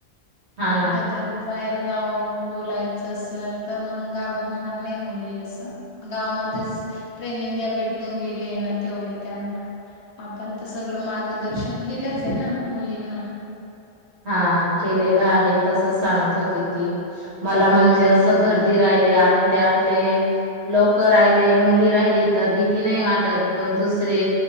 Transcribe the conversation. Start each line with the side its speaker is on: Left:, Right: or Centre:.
Right: हा
Left: कुठ
Right: ना
Left: तरी बाहेर जाऊन बोलाय च आसल तर मग घाबरणार नाही मुली असं गावामध्येच ट्रेनिंग घ्या भेटून गेले ना तेवढे त्यांना आपण तर सगळं मार्गदर्शन केलंच आहे ना मुलींना
Right: हा केलेलं आहे तसच सांगत होती ती, मला म्हणजे असं गर्दी राहिली आपले आपले लोकं राहिले मुली राहिली तर भीती नाही वाटत पण दुसरे